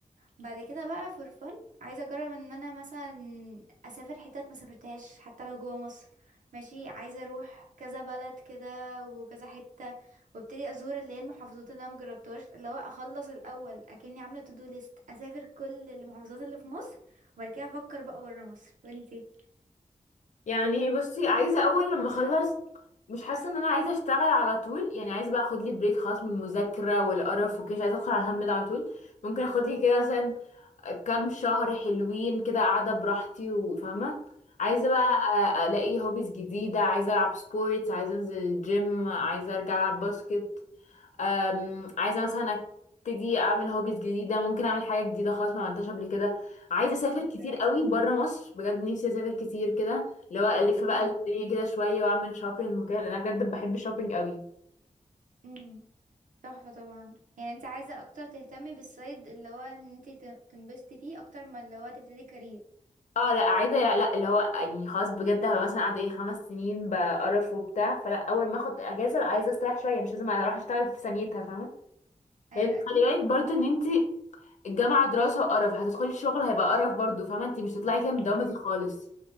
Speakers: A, on the right; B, on the left.
A: بعد كده بقى فور فن عايزه اجرب ان انا مثلا اسافر حتت ما سافرتهاش حتى لو جوه مصر ماشي عايزه اروح كذا بلد كده وكذا حته وابتدي ازور اللي هي المحافظات اللي انا مجربتهاش اللي هو اخلص الاول اكني عامله تو دو ليست اسافر كل المحافظات اللي في مصر وبعد كده افكر بقى بره مصر وانتي
B: يعني بصي عايزة اول لما اخلص مش حاسة ان انا عايزة اشتغل على طول يعني عايزة بقى اخد لي بريك خاص من المذاكرة والقرف وكده مش عايزة ادخل على الهم ده على طول ممكن اخد لي كده مثلا كام شهر حلوين كده قاعدة براحتي وفاهمة عايزة بقى
A: امم
B: أ- ألاقي هوبيز جديدة عايزة ألعب سبورتس عايزة أنزل الجيم عايزة أرجع ألعب باسكت أم، عايزة مثلا أبتدي أعمل هوبيز جديدة ممكن أعمل حاجة جديدة خالص ما عملتهاش قبل كده عايزة أسافر
A: اوكي
B: كتير قوي برا مصر بجد نفسي أسافر كتير كده اللي هو ألف بقى
A: امم
B: الدنيا كده شوية وأعمل شوبينج وكده لأن أنا بجد بحب الشوبينج قوي
A: امم تحفه طبعا يعني انت عايزه اكتر تهتمي بالصيد اللي هو ان انت تنبسطي فيه اكتر ما اللي هو تبتدي كارير
B: اه لا عايزه لا لا اللي هو يعني خلاص بجد هبقى مثلا قاعده ايه خمس سنين بقرف وبتاع فلا اول ما اخد اجازه لا عايزه استريح شويه مش لازم اروح اشتغل في ثانيتها فاهمه
A: ايوه
B: لان خلي
A: اكيد
B: بالك برضو ان انت الجامعه دراسه وقرف هتدخلي الشغل هيبقى قرف برضو فاهمه انت مش هتطلعي كده من الدوامه
A: مم.
B: دي خالص